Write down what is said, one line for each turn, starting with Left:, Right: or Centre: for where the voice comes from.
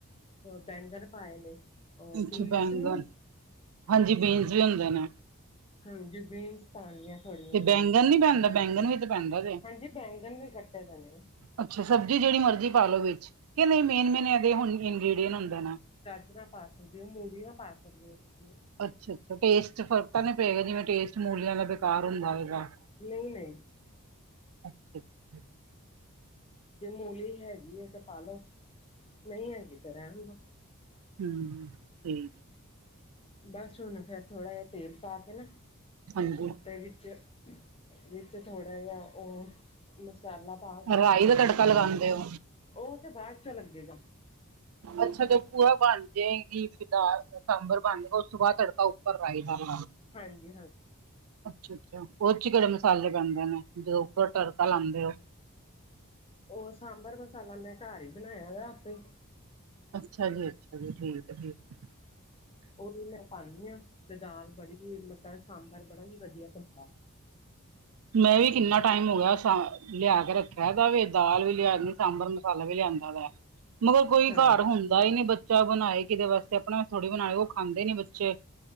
Left: ਬੈਂਗਰ ਪਾਏ ਨੇ, ਉਹ
Right: ਅੱਛਾ
Left: ਬੀਨਸ
Right: ਬੈਂਗਣ
Left: ਨਹੀ ਹੁੰਦੇ
Right: ਹਾਂਜੀ ਬੀਨਸ ਵੀ ਹੁੰਦੇ ਨੇ-
Left: ਹਾਜੀ ਬੀਨਸ- ਪਾਉਦੀ ਥੋੜੀਆਂ-
Right: ਤੇ
Left: ਜਿਹੀਆਂ
Right: ਬੈਂਗਨ ਨੀ ਪੈਦਾ ਬੈਂਗਨ ਵੀ- ਪੈਂਦਾ
Left: ਹਾਂਜੀ ਬੈਂਗਨ ਵੀ ਕੱਟੇ ਜਾਣੇ ਆ
Right: ਅਛਾ ਸਬਜ਼ੀ ਜਿਹੜੀ ਮਰਜ਼ੀ ਪਾ ਲਓ ਵਿਚ, ਕਿ ਨਹੀ ਮੇਨ- ਮੇਨ ਇਹਦੇ ਇਨਗ੍ਰਡੀਅਂਟ ਹੁੰਦਾ ਨਾ
Left: ਗਾਜਰਾਂ ਪਾ ਸਕਦੇ ਹੋ, ਮੂਲੀਆਂ ਪਾ ਸਕਦੇ ਹੋ ਤੁਸੀ
Right: ਅਛਾ- ਅਛਾ ਟੇਸਟ ਫ਼ਰਕ ਤਾਂ ਨੀ ਪਏਗਾ ਜਿਵੇ ਟੇਸਟ ਮੂਲੀਆਂ ਦਾ ਬੇਕਾਰ ਹੁੰਦਾ ਹੈਗਾ
Left: ਨਹੀ- ਨਹੀ-
Right: ਅੱਛਾ-ਅੱਛਾ
Left: ਜੇ ਮੂਲੀ ਹੈਗੀ ਹੈ ਤੇ ਪਾਲੋ, ਨਹੀ ਹੈਗੀ ਤੇ ਰਹਿਨ ਦੋ
Right: ਹੂੰ ਠੀਕ-
Left: ਬਸ ਹੁਣ ਫੇਰ ਥੋੜਾ ਜਿਹਾ ਤੇਲ ਪਾ ਕੇ ਨਾ-
Right: ਹਾਂਜੀ-
Left: ਦੇ ਵਿਚ- ਵਿਚ ਥੋੜ੍ਹਾ ਜਿਹਾ ਉਹ- ਮਸਾਲਾ ਪਾ ਕੇ,
Right: ਰਾਈ ਦਾ ਤੜਕਾ ਲਗਾਂਦੇ ਓ
Left: ਉਹ ਤੇ ਬਾਅਦ ਚ ਲੱਗੇਗਾ
Right: ਅਛਾ ਤੇ ਭੂਆ ਬਣ ਜਾਏਗੀ ਦਾਲ ਸਾਂਬਰ ਬਣ ਜਾਏਗਾ ਉਸ ਤੋਂ ਬਾਅਦ ਤੜਕਾ ਭਰਵਾਈ ਦਾ <unintelligible>
Left: ਹਾਂਜੀ ਹਾਂਜੀ
Right: ਅਛਾ- ਅਛਾ ਉਹਦੇ 'ਚ ਕਿਹੜੇ ਮਸਾਲੇ ਪੈਂਦੇ ਨੇ ਜਦੋ ਉਪਰ ਤੜਕਾ ਲਾਂਉਦੇ ਹੋ।
Left: ਉਹ ਸਾਂਬਰ ਮਸਾਲਾ, ਮੈ ਘਰ ਹੀ ਬਣਾਇਆ ਵਾ ਆਪੇ
Right: ਅਛਾ ਜੀ ਅਛਾ ਜੀ ਠੀਕ ਆ ਠੀਕ-
Left: <inaudible> <inaudible> ਉਹ ਵੀ ਮੈਂ ਪਾਉਂਦੀ ਹਾਂ ਤੇ ਦਾਲ ਬੜੀ ਮਤਲਬ ਸਾਂਬਰ ਬੜਾ ਹੀ ਵਧੀਆ ਬਣਦਾ
Right: ਮੈਂ ਵੀ ਕਿੰਨਾ ਟਾਈਮ ਹੋ ਗਿਆ ਲਿਆ ਕੇ ਰੱਖਿਆ ਇਹਦਾ ਵੀ ਦਾਲ ਵੀ ਲਿਆਉਣੀ ਸਾਂਬਰ ਮਸਾਲਾ ਵੀ ਲਿਆਂਦਾ ਵਾ, ਮਗਰ ਕੋਈ
Left: ਹਾਂਜੀ
Right: ਘਰ ਹੁੰਦਾ ਦਾਲ ਹੀ ਨੀ ਬੱਚਾ ਬਣਾਏ ਕਿਦੇ ਵਾਸਤੇ ਆਪਣਾ ਥੋੜੀ ਬਣਾਏ ਉਹ ਖਾਂਦੇ ਨੀ ਬੱਚੇ